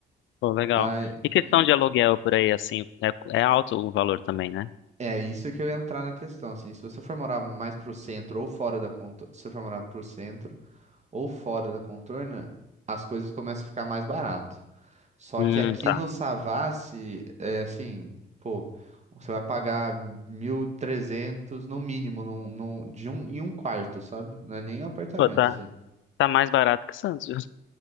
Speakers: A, on the left; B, on the right.
A: Pô, legal.
B: Aí,
A: E questão
B: e-
A: de aluguel por aí, assim, é, é alto o valor também, né?
B: é isso que eu ia entrar na questão, assim, se você for morar mais pro centro ou fora da conta, se você for morar pro centro, ou fora da contorna, as coisas começam a ficar mais barato. Só
A: Hum,
B: que aqui
A: tá.
B: no Savassi, é assim, pô, você vai pagar 1.300 no mínimo num, num, de um, em um quarto, sabe? Não é nem apartamento,
A: Pô, tá,
B: assim.
A: tá mais barato que Santos, viu?